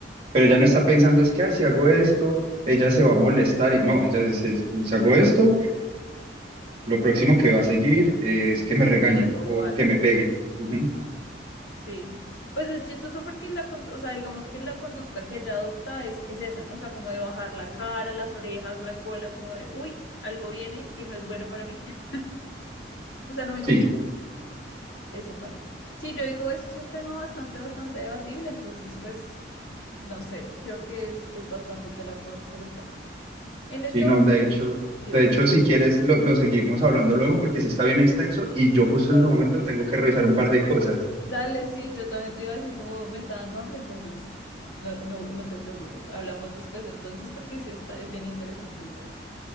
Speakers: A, on the right; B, on the left.
A: pero ya no está pensando, es que, ay, si hago esto, ella se va a molestar y no, ella dice, "Es- si hago esto, lo próximo que va a seguir es que me
B: Un
A: regañen
B: poquito O
A: o
B: algo.
A: que me peguen. Ujú.
B: Ajá, sí. Pues es chistoso porque la, con- o sea, digamos que la conducta que ella adopta es, es esa, ¿no? O sea, como de bajar la cara, las orejas, la cola, como de, uy, algo viene y no es bueno para mí. <laughs> O sea, no me
A: Sí.
B: conviene. Eso pasa. Sí, yo digo, eso es un tema bastante, bastante debatible, entonces, pues no sé, creo que es, es bastante tela por cortar. En
A: Sí,
B: este
A: no,
B: momento,
A: de hecho,
B: dime.
A: de hecho, si quieres, lo, lo seguimos hablando luego porque sí está bien extenso
B: <laughs>
A: y yo justo en ese momento tengo que revisar un par de cosas.
B: Dale, sí, yo también te iba así como me está dando hambre, entonces no, no, no te preocupes. Hablamos después entonces porque sí está, es bien interesante el tema.